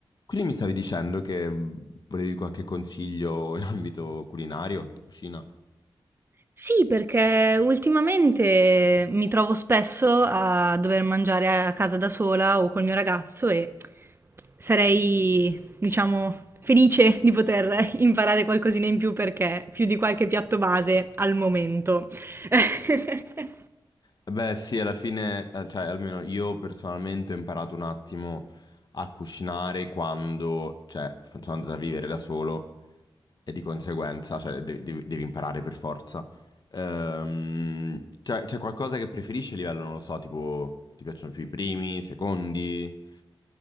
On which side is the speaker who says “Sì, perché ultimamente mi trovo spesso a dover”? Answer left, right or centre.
Right